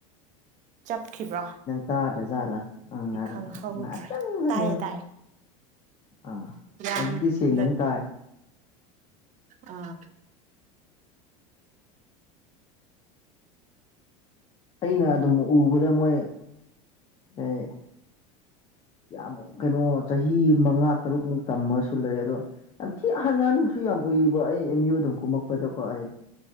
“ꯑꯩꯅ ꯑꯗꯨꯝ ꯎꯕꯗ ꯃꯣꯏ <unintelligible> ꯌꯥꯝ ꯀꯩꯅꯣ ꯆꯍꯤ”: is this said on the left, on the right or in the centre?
Left